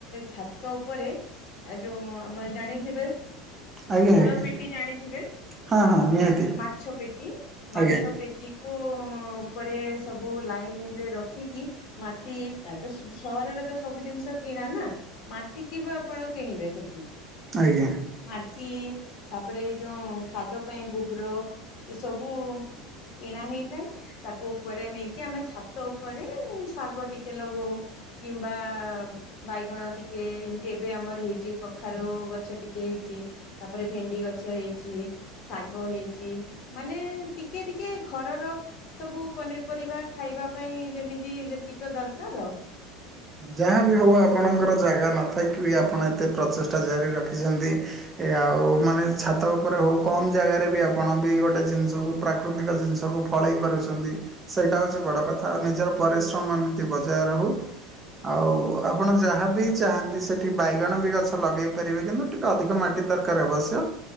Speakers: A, on the left; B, on the right.
A: ଛାତ ଉପରେ ଏ ଯୋଉ ଆମ ର ଜାଣିଥିବେ।
B: ଆଜ୍ଞା
A: ଷୋଳ
B: ଆଜ୍ଞା।
A: ପେଟି ଜାଣିଥିବେ।
B: ହଁ ହଁ ନିହାତି
A: ମାଛ ପେଟି ମାଛ
B: ଆଜ୍ଞା
A: ପେଟି। ଟି କୁ ଉପରେ ସବୁ ଲାଇନି ରେ ରଖିକି। ମାଟି ଆ ତାଦ ସହରରେ ତ ସବୁ ଜିନିଷ କିଣା ନାଁ। ମାଟି କି ବେ ଆପଣ କିଣିବେ ସେଠି?
B: ଆଜ୍ଞା।
A: ମାଟି ତାପରେ ଏଇ ଯୋଉ ଖାଦ ପାଇଁ ଗୋବର ଏ ସବୁ କିଣା ହେଇଥାଏ। ତାକୁ ଉପରେ ନେଇକି ଆମେ ଛାତ ଉପରେ ଶାଗ ଟିକେ ଲଗଉ। କିମ୍ବା। ବାଇଗଣ ଟିକେ ଏମିତି ଏବେ ଆମର ହେଇଛି କଖାରୁ ଗଛ ଟିକେ ହେଇଛି। ତାପରେ ଭେଣ୍ଡି ଗଛ ହେଇଛି, ଶାଗ ହେଇଛି, ମାନେ ଟି ଟିକେ ଟିକେ ଘରର ସବୁ ପନିରିପରିବା ଖାଇବା ପାଇଁ ଯେମିତି ଯେତିକି ଦରକାର।
B: ଯାହା ବିି ହଉ ଆପଣଙ୍କର ଜାଗା ନଥାଇକି ବି ଆପଣ ଏତେ ପ୍ରଚେଷ୍ଟା ଜାରି ରଖିଛନ୍ତି। ଏ ଆଉ ମାନେ ଛାତ ଉପରେ ହଉ କମ୍ ଜାଗାରେ ବି ଆପଣ ବି ଗୋଟେ ଜିନିଷକୁ ପ୍ରାକୃତିକ ଜିନିଷ ସବୁ ଫଳେଇ ପାରୁଛନ୍ତି। ସେଇଟା ହେଉଛି ବଡ଼ କଥା ଆଉ ନିଜର ପରିଶ୍ରମ ଏମିତି ବଜାୟ ରହୁ। ଆଉ ଆପଣ ଯାହାବି
A: ଆଉ।
B: ଚାହାନ୍ତି ସେଠି ବାଇଗଣ ବି ଗଛ ଲଗେଇ ପାରିବେ କିନ୍ତୁ ଟିକେ ଅଧିକ ମାଟି ଦକାର ଅବଶ୍ୟ।